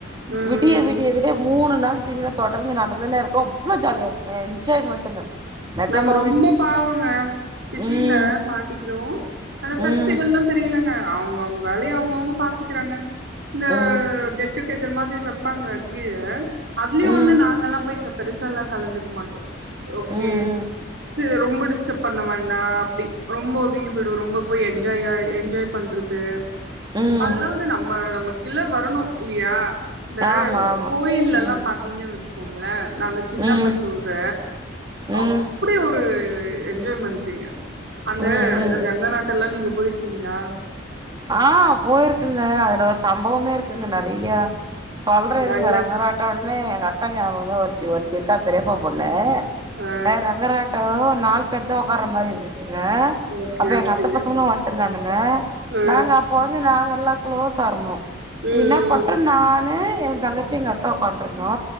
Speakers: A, on the right; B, on the right.
A: ம்
B: விடிய விடிய விடிய மூணு நாள் திருவிழா தொடர்ந்து நடந்துனே இருக்கு அவ்ளோ ஜாலிய இருக்கு என்ஜாய்மெண்ட்டுங்க நெஜமாவே
A: நாங்க ரொம்பொ பாவங்க சிட்டில
B: ம்
A: மாட்டிக்கிடுவோ அந்த ஃபஸ்டிவலா
B: ம்
A: தெரியலங்க அவங்கவ்ங்க வேலைய அவ்ங்கவ்ங்க பாத்துக்கறாங்க இந்த
B: ம் ம்
A: கெட் டுக்கேத்த மாதிரி வப்பாங்க கீழ அதுலையு
B: ம்
A: வந்து நாங்கல்லா போய் க பெருசால்லா கலந்துக்க மாட்டோ
B: ம்
A: கே
B: ம்
A: சரி ரொம்ப டிஸ் ஸ்டர்ப் பண்ண வேண்டா அப்டி ரொம்ப ஒதுங்கி போயிடுவோ ரொம்ப போய் எஞ்ஜாயா எஞ்ஜாய் பண்றது
B: ம்
A: அதெல்லா வந்து நம்ம நமக்குள்ள வரணு இல்லியா இந்த
B: ஆமா ஆமா
A: கோயில்லெல்லா
B: ம்
A: பாத்தீங்கன் வச்சுக்கோங்கள நாங்க சின்னப்ப
B: ம்
A: சொல்ற
B: ம்
A: அப்டி ஒரு எஞ்ஜாய்மன்ட்ங்க அந்த
B: ம் ம்
A: ரங்க நாட்டலா நீங்க போயிரு க்கீங்ளா
B: ஆ போய்ருக்குங்க அதுல ஒரு சம்பவமே இருக்குங்க நெறைய சொல்ற இருங்க
A: ரங்க
B: ரங்கராட் டொனே எங்க அக்கா நியாபகம்தா ஒருத்தி ஒருத்தி இருக்கா பெரியப்பா பொண்ணு
A: ஆ
B: அ ரங்கராட் டுனோ நாலு பேர்தா உட்கார மாரி இருந்துச்சுங்க
A: ஓகே
B: அப்ற
A: ஓகே
B: எங்க அத்த பசங்களு வந்துட்டுருந்தானுங்க
A: ஆ
B: நாங்க அப்ப வந்து நாங்கல்லா க்ளோஷா இருந்தோ
A: ம்
B: இன்னா பண்ட்டோ நா னு எ தங்கச்சி எங்க அக்கா உக்காண்டுருந்தோ